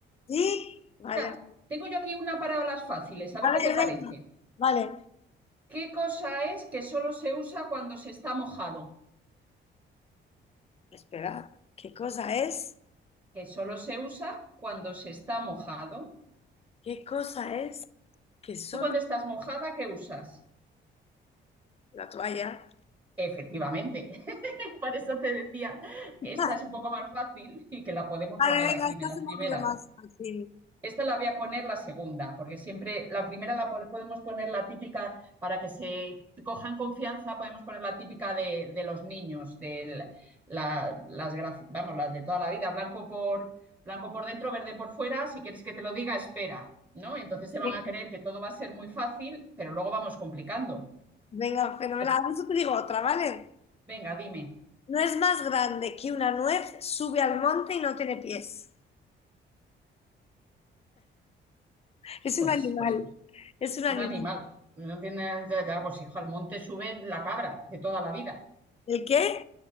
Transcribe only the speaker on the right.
Mira, tengo yo aquí una para las fáciles, a ver
qué te parece.
¿Qué cosa es que solo se usa cuando se está mojado?
Que solo se usa cuando se está mojado.
¿Tú cuando estás mojada, qué usas?
Efectivamente. <laughs> Por eso te decía
que esta es un poco más fácil y que la podemos
poner
aquí
de las
primeras.
Esta la voy a poner la segunda, porque siempre la primera la podemos poner la típica para que se cojan confianza, podemos poner la típica de, de los niños, de la- las, vamos, las de toda la vida, blanco por, blanco por dentro, verde por fuera, si quieres que te lo diga, espera, ¿no? Entonces se
van a creer que todo va a ser muy fácil, pero luego vamos complicando.
Eh,
Venga, dime,
pues,
pues, pues,
un animal, no tiene, ya, ya, pues hijo, al monte sube la cabra de toda la vida.